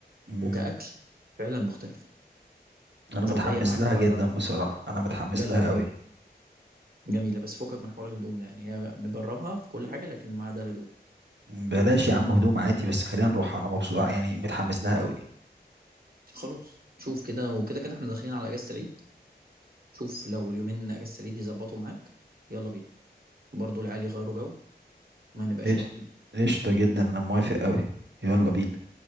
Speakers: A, on the right; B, on the right.
A: مم.
B: وكاكل فعلا مختلفه
A: انا متحمس
B: لو جايه معاك
A: لها
B: تعالى
A: جدا بصراحه انا متحمس
B: لا لا
A: لها
B: جميل
A: قوي
B: جميلة بس فكك من حوار الهدوم ده يعني هي نجربها في كل حاجة لكن ما عدا الهدوم
A: بلاش يا عم هدوم عادي بس خلينا نروح انا مبسوط يعني متحمس لها قوي
B: خلاص شوف كده وكده كده احنا داخلين على اجازة العيد شوف لو اليومين اجازة العيد يظبطوا معاك يلا بينا برضو العيال يغيروا جو ما نبقاش
A: ايش
B: لوحدنا
A: قشطه جدا انا موافق قوي يلا بينا